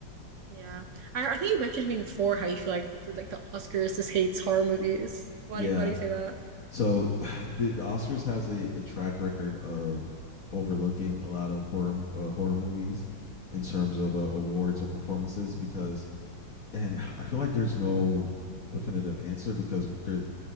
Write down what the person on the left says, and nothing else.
Yeah,
so <sighs> the, the Oscars has a, a track record of overlooking a lot of horror uh, horror movies in terms of uh,
awards or performances because and I feel like there's no definitive answer because there's